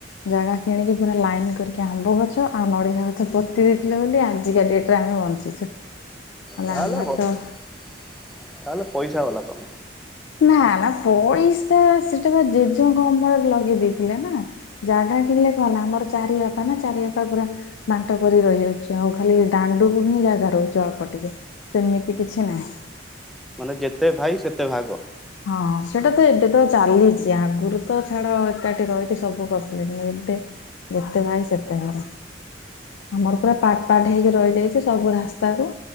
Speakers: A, on the left (about 85°); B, in the centre.
A: ଜାଗା କିଣିକି ପୁରା ଲାଇନ୍‌ କରିକି ଆମ୍ବ ଗଛ ଆଉ ନଡ଼ିଆ ଗଛ ପୋତି ଦେଇଥିଲେ ବୋଲି ଆଜିକା ଡେଟ୍ ଯାହା ବଞ୍ଚିଛୁ। ନହେଲେ
B: ତାହେଲେ
A: ଆମେ
B: ବ
A: ତ
B: ତାହେଲେ ପଇସା ବାଲା ତମେ।
A: ନା ନା ପଇସା ସେଟା ବା ଜେଜେଙ୍କ ଅମଳରେ ଲଗେଇ ଦେଇେଇଥିଲେ ନା। ଜାଗା କିଣିଲେ କଣ ହେଲା ଆମର ଚାରି ବାପା ନା ଚାରି ବାପା ପୁରା ବାଣ୍ଟ କରି ରହିଯାଉଛି ଆଉ ଖାଲି ଦାଣ୍ଡୁକୁ ହିଁ ଜାଗା ରହୁଛି ଅଳ୍ପ ଟିକେ। ସେମିତି କିଛି ନାହିଁ।
B: ମାନେ ଯେତେ ଭାଇ ସେତେ ଭାଗ।
A: ହଁ ସେଇଟା ତ ଏବେ ତ ଚାଲିଛି ଆଗରୁ ତ ଛାଡ ଏକାଠି ରହିକି ସବୁ କରିୁଥିଲେ କିନ୍ତୁ ଏବେ ଯେତେ ଭାଇ ସେତେ ଘର ଆମର ପୁରା ପାର୍ଟ ପାର୍ଟ ହେଇକି ରହିଯାଇଛୁ ସବୁ ରାସ୍ତା କୁ